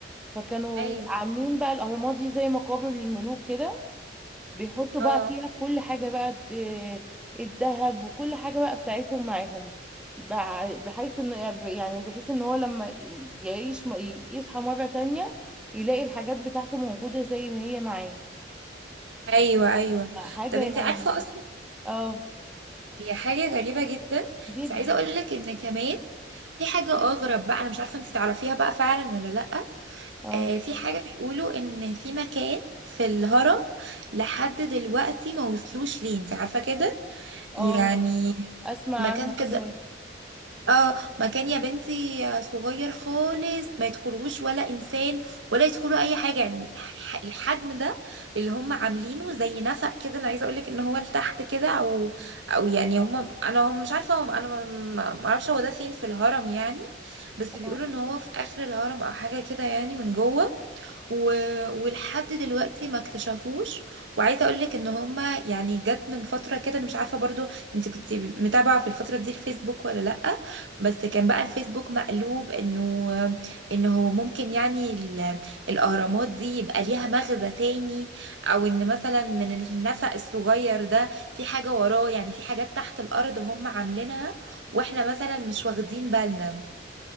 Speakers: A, in the centre; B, on the right.
A: فكانوا
B: ايوه
A: عاملين بقى الأهرامات دي زي مقابر للملوك كده بيحطوا
B: اه
A: بقى فيها كل حاجة بقى آه، الذهب وكل حاجة بقى بتاعتهم معاهم بع- بحيث انه يعني بحيث ان هو لما ي- يعيش م- يصحى مرة تانية يلاقي الحاجات بتاعته موجودة زي ما هي معاه
B: ايوه ايوه
A: حاجة
B: طب انتي
A: يعني
B: عارفه اصلا
A: اه
B: هي حاجه غريبه جدا
A: جدا
B: بس عايزه اقول لك ان كمان في حاجه اغرب بقى انا مش عارفه انتي تعرفيها بقى فعلا ولا لا
A: اه
B: آه في حاجه بيقولوا ان في مكان في الهرم لحد دلوقتي ما وصلوش ليه انتي عارفه كده
A: اه
B: يعني
A: اسمع
B: مكان
A: عنه
B: كده
A: فعلا.
B: اه مكان يا بنتي آه، صغير خالص ما يدخلوش ولا انسان ولا يدخلوا اي حاجه يعني ح- الحجم ده اللي هم عاملينه زي نفق كده انا عايزه اقولك ان هو لتحت كده او او يعني هم انا هم مش عارفه هم انا ما ما- ما اعرفش هو ده فين في الهرم يعني بس
A: اه
B: بيقولوا ان هو في اخر الهرم او حاجه كده يعني من جوه و... ولحد دلوقتي ما اكتشفوش وعايزه اقولك ان هما يعني جت من فتره كده انا مش عارفه برضو انت كنت متابعه في الفتره دي الفيسبوك ولا لا بس كان بقى الفيسبوك مقلوب انه ان هو ممكن يعني ال- الاهرامات دي يبقى ليها مغزى تاني او ان مثلا من النفق الصغير ده في حاجة وراه يعني في حاجات تحت الارض هم عاملينها واحنا مثلا مش واخدين بالنا